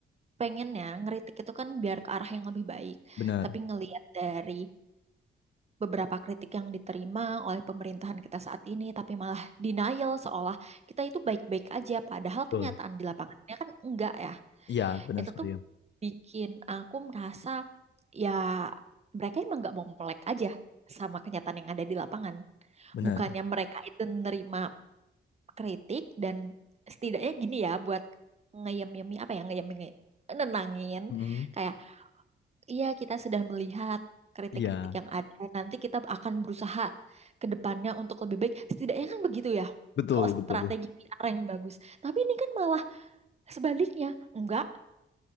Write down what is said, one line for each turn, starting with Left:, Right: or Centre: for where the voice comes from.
Right: pengennya ngeritik itu kan biar ke arah yang lebih baik.
Left: Benar.
Right: Tapi ngelihat dari beberapa kritik yang diterima oleh pemerintahan kita saat ini, tapi malah denial seolah kita itu baik-baik aja, padahal
Left: Betul.
Right: kenyataan di lapangannya kan enggak ya.
Left: Iya, benar
Right: Itu
Left: sekali.
Right: tuh
Left: ya.
Right: bikin aku merasa ya mereka emang nggak mau melek aja sama kenyataan yang ada di lapangan.
Left: Benar.
Right: Bukannya mereka itu nerima kritik dan setidaknya gini ya buat ngeyem-yemi apa ya ngeyem nenangin
Left: Mm-mm.
Right: kayak Iya, kita sudah melihat kritik-kritik
Left: Iya.
Right: yang ada. Nanti kita akan berusaha ke depannya untuk lebih baik. Setidaknya kan begitu ya.
Left: Betul,
Right: Kalau
Left: betul.
Right: strategi PR yang bagus. Tapi ini kan malah sebaliknya. Enggak,